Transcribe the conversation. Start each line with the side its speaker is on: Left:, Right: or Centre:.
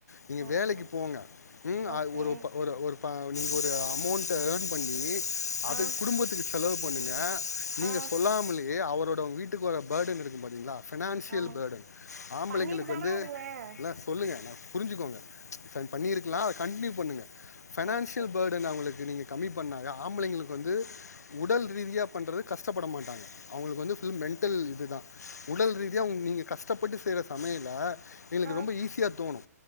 Left: நீங்க
Right: ஓகே
Left: வேலைக்கு போங்க ம்
Right: ஓகே
Left: அ ஒரு ஒரு ஒரு ப நீங்க ஒரு அமௌண்ட் ட்ட எர்ன் பண்ணி அது
Right: ஆ
Left: குடும்பத்துக்கு செலவு பண்ணுங்க நீங்க
Right: ஆ
Left: சொல்லாமலேயே அவரோட உங் வீட்டுக்கு வர பர்டன் இருக்கு பாத்திங்ளா ஃபினான்ஷியல்
Right: ஆமாங்க
Left: பர்டன் ஆம்பளைங்களுக்கு
Right: பண்ணிட்டு தானா
Left: வந்து
Right: இருந்தேன்
Left: இன்ன சொல்லுங்க நா புருஞ்சுக்கோங்க பண்ணிருக்கலா கண்ட்னியூ பண்ணுங்க ஃபெனான்சியல்
Right: ஓகே
Left: பர்டன் அவுங்களுக்கு நீங்க கம்மி பண்ணாவே ஆம்பளைங்களுக்கு வந்து உடல் ரீதியா பண்றது கஷ்டப்பட மாட்டாங்க அவுங்களுக்கு வந்து ஃபுல் மென்டல் இதுதா உடல் ரீதியா அவுங் நீங்க கஷ்டப்பட்டு செய்ற சமையல எங்களுக்
Right: ஆ
Left: ரொம்ப ஈஸியா தோணு